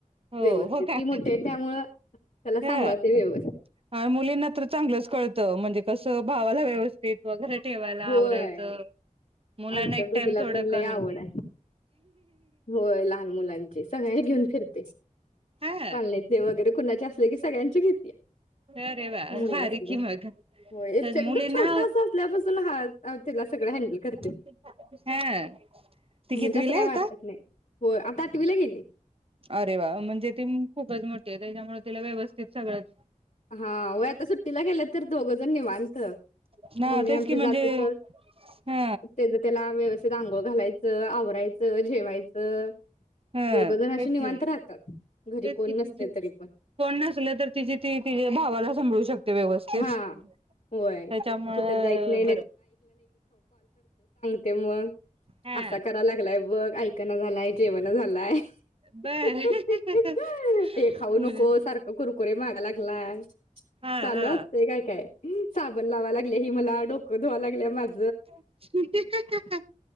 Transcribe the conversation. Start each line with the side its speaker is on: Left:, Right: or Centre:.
Right: हो,
Left: व्यवस्थित
Right: हो का
Left: ती मोठी आहे त्यामुळं त्याला
Right: अ,
Left: सांभाळते व्यवस्थित
Right: अं मुलींना तर चांगलंच कळतं म्हणजे कसं भावाला व्यवस्थित वगैरे ठेवायला
Left: होय
Right: आवरायचं मुलांना
Left: आमच्या
Right: एक
Left: भगीला
Right: टाइम थोडं
Left: पण लय
Right: कमी
Left: आवड आय, होय लहान मुलांची सगळ्यां घेऊन फिरते <inaudible>
Right: हा
Left: कॉलनीतली वगैरे कुणाचे असले की सगळ्यांची घीत
Right: अरे वा
Left: मुलास्नी
Right: भारी की मग
Left: एच एकदम
Right: मुलींना
Left: छोटा असल्यापासून हाल अं तीला सगळं हँडल कर
Right: हा ती कितवीला
Left: म्हणजे असं काय
Right: हाय
Left: वाटत
Right: आता?
Left: नाही. होय आता आठवीला गेली
Right: अरे वा म्हणजे ती मू खूपच मोठी आहे त्याच्यामुळे तिला व्यवस्थित सगळंच
Left: हा वय आता सुट्टीला गेलं तर दोघं जण निवांत
Right: हा
Left: मम्मी
Right: तेच
Left: आमची
Right: की म्हणजे
Left: जाते तर
Right: हा
Left: तेज त्याला व्यवस्थित आता आंघोळ घालाय त आवरायचं जेवायचं
Right: ह
Left: दोघ जण असे
Right: तेच
Left: निवांत
Right: की
Left: राहतात. घरी
Right: तेच
Left: कोण
Right: की तिची
Left: नसते तरी पण
Right: कोण नसले तर तिजी ती तिच्या भावाला सांभाळू शकते व्यवस्थित
Left: हा
Right: त्याच्यामुंळ
Left: होय. कुठं जायच नाही नाही
Right: बर
Left: तेव्हा
Right: हा
Left: असा करा लागलाय बघ ऐकण झालाय जेवण, झालाय
Right: बर
Left: ह, ह, ह, ह, ह ते खाऊ
Right: मुलं
Left: नको, सारखं कुरकुरे मागा लाग हा
Right: हा
Left: चालू
Right: हा
Left: असतेय काय काय साबण लावाय लागल्या हि मला डोकं धुवा लागल्या माझ
Right: हा, हा, हा, हा